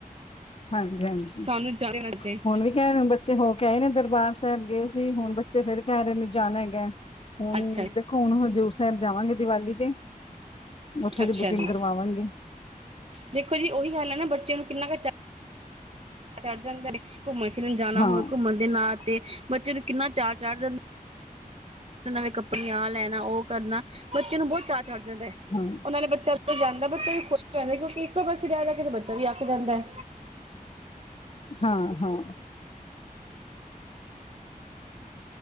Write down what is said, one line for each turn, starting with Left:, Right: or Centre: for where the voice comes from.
Left: ਹਾਂਜੀ ਹਾਂਜੀ
Right: ਸਾਨੂੰ ਜ਼ਿਆਦਾ ਲੱਗਦੇ
Left: ਹੁਣ ਵੀ ਕਹਿ ਰਹੇ ਹੁਣ ਬੱਚੇ ਹੋ ਕੇ ਆਏ ਨੇ ਦਰਬਾਰ ਸਾਹਿਬ ਗਏ ਸੀ ਹੁਣ ਬੱਚੇ ਫੇਰ ਕਹਿ ਰਹੇ ਨੇ ਜਾਣਾ ਹੈਗਾ ਹੁਣ
Right: ਅੱਛਾ
Left: ਦੇਖੋ ਹੁਣ ਹਜ਼ੂਰ ਸਾਹਿਬ ਜਾਵਾਂਗੇ ਦੀਵਾਲੀ ਤੇ ਉੱਥੇ
Right: ਅੱਛਾ
Left: ਦੀ ਬੁਕਿੰਗ
Right: ਜੀ।
Left: ਕਰਵਾਵਾਂਗੀ
Right: ਦੇਖੋ ਜੀ ਉਹੀ ਗੱਲ ਐ ਨਾ ਬੱਚੇ ਨੂੰ ਕਿੰਨਾ ਟਾ ਚਾ ਚੜ ਜਾਦਾ ਆ ਘੁੰਮਣ ਫਿਰਨ ਜਾਣਾ
Left: ਹਾਂ
Right: ਹੋਵੇ ਘੁੰਮਣ ਦੇ ਨਾਲ ਤੇ ਬੱਚੇ ਨੂੰ ਕਿੰਨਾ ਚਾ ਚੜ ਜਾਂਦੇ ਤੇ ਨਵੇਂ ਕੱਪੜੀਆਂ ਆਹ ਲੈਣਾ ਉਹ ਕਰਨਾ ਬੱਚੇ ਨੂੰ ਬਹੁਤ ਚਾਅ ਚੜ ਜਾਂਦਾ ਐ
Left: ਹਾਂ
Right: ਉਹ ਨਾਲੇ ਏ ਬੱਚਾ ਆ ਜਦੋ ਜਾਂਦਾ ਐ ਬੱਚਾ ਨੇ ਪੁਸ਼ ਕਰ ਰਹਿ ਓ ਕਿਉ ਇੱਕੋ ਪਾਸੇ ਰਹਿ ਰਹਿ ਕੇ ਤਾਂ ਬੱਚਾ ਵੀ ਅੱਕ ਜਾਂਦਾ ਐ
Left: ਹਾਂ ਹਾਂ